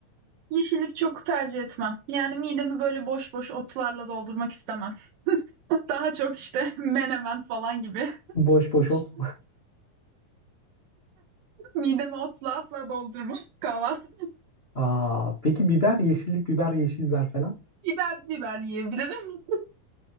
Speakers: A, on the right (about 80°); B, on the left (about 60°).
A: Yeşillik çok tercih etmem. Yani midemi böyle boş boş otlarla doldurmak istemem. <laughs> Daha çok işte <laughs> menemen falan gibi.
B: Boş boş ot
A: <laughs> Midemi otla asla doldurmam <laughs> kahvaltı.
B: Aa, peki biber, yeşillik biber, yeşil biber falan.
A: Biber biber yiyebilirim.